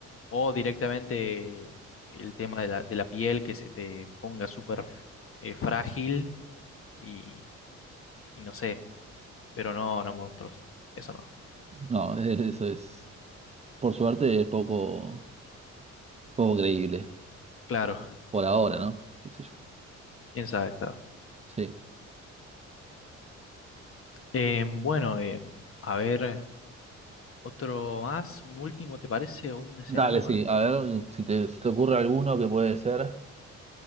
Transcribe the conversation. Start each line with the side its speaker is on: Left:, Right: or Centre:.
Left: O directamente el tema de la, de la piel que se te ponga súper eh, frágil y, y no sé, pero no, no monstruos. Eso no.
Right: No, <laughs> e- eso es... Por suerte es poco, poco creíble,
Left: Claro.
Right: por ahora, ¿no? ¿Qué sé yo?
Left: Quién sabe, claro.
Right: Sí.
Left: Eh, bueno, eh, a ver. Otro más, un último, ¿te parece? ¿O un escenario
Right: Dale, sí,
Left: más?
Right: a ver si te, te ocurre alguno que puede ser